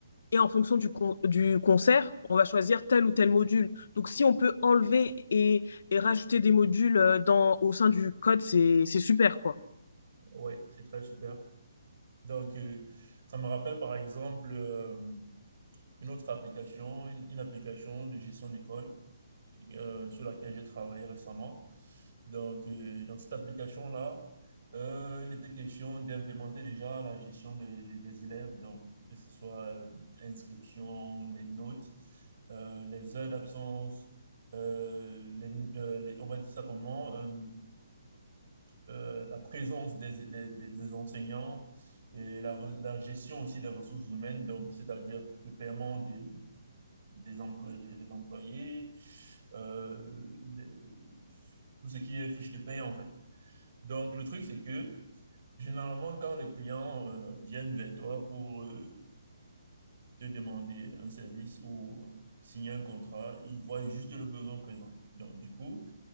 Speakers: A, on the left; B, on the right.
A: et en fonction du, con- du concert, on va choisir tel ou tel module. Donc si on peut enlever et, et rajouter des modules euh, dans, au sein du code, c'est, c'est super, quoi.
B: Ouais, c'est très super. Donc, euh, ça me rappelle par exemple euh, une autre application, une, une application de gestion d'école euh, sur laquelle j'ai travaillé récemment. Donc, euh, dans cette application-là, euh, il était question d'implémenter déjà la gestion de- de- des élèves, donc que ce soit euh, inscription, les notes, euh, les heures d'absence, euh, les- euh, les- on va dire ça comment, euh, euh, la présence des, des- des- des enseignants et la, re- la gestion aussi des ressources humaines, donc c'est-à-dire le paiement des, des, emplois, des, des employés, euh, les- tout ce qui est fiche de paie en fait. Donc le truc c'est que généralement quand les clients euh, viennent vers toi pour euh, te demander un service ou signer un contrat, ils voient juste le besoin présent. Donc du coup,